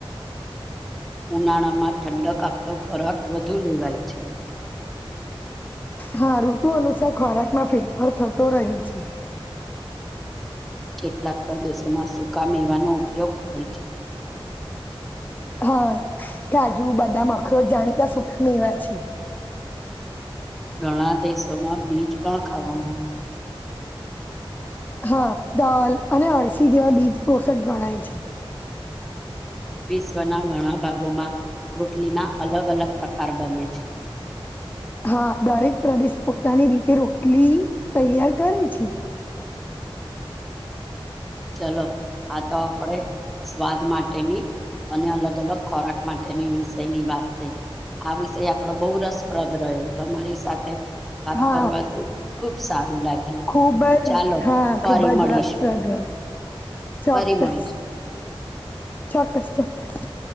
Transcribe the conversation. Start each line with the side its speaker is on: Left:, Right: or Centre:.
Centre: ઉનાળામાં ઠંડક આપતો ખોરાક વધુ લેવાય છે.
Left: હા ઋતુ અનુસાર ખોરાકમાં ફેરફાર થતો રહે છે.
Centre: કેટલાક પ્રદેશોમાં સૂકા મેવાનો ઉપયોગ થાય છે.
Left: હા કાજુ, બદામ, અખરોટ જાણીતા સુખા મેવા છે.
Centre: ઘણા દેશોમાં બીજ પણ ખાવામાં <unintelligible>
Left: હા દાલ અને અળસી જેવા બીજ પોષક ગણાય છે.
Centre: વિશ્વના ઘણા ભાગોમાં રોટલીના અલગ અલગ પ્રકાર બને છે.
Left: હા દરેક પ્રદેશ પોતાની રીતે રોટલી તૈયાર કરે છે.
Centre: ચલો આ તો આપડે સ્વાદ માટેની અને અલગ અલગ ખોરાક માટેની વિષયની વાત થઈ, આ વિષય આપડો બહુ રસપ્રદ રહ્ય હ્યો તમારી સાથે વાત
Left: હા
Centre: કરવાથી ખુબ સારું લાગ્યું,
Left: ખુબ જ
Centre: ચાલો
Left: હા
Centre: ફરી
Left: ખુબ
Centre: મળીશું.
Left: જ રસપ્રદ રહ્યું. ચોક્કસ,
Centre: ફરી મળીશું
Left: ચોક્કસ ચોક્કસ.